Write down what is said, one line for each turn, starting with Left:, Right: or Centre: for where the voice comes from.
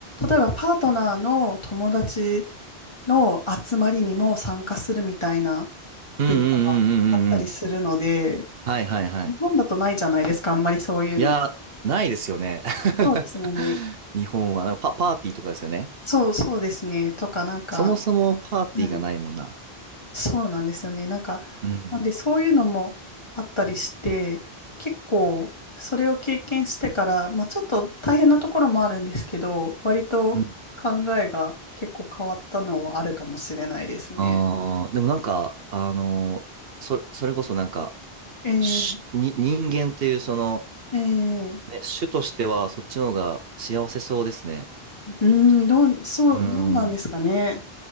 Left: 例えばパートナーの友達の集まりにも参加するみたいな
Right: うんうんうんうんうんうん。
Left: 文化があったりするので、
Right: はいはいはい。
Left: 日本だとないじゃないですか、あんまりそういうの。
Right: いや、ないですよね。<laughs>
Left: そうですよね。
Right: 日本は、なんかパ、パーティーとかですよね。
Left: そうそうですね。とか、なんか、
Right: そもそもパーティーがないもんな。
Left: はいそうなんですよね。なんか、
Right: うん。
Left: なんでそういうのもあったりして、結構、それを経験してから、まあちょっと大変なところもあるんですけど、割と考えが結構変わったのはあるかもしれないですね。
Right: うんああ、でもなんか、あのーそ、それこそなんか、
Left: えー
Right: しに、人間っていうその、
Left: えー
Right: ね、種としてはそっちの方が幸せそうですね。
Left: うーん、どう、そう、
Right: うん。
Left: どうなんですかね。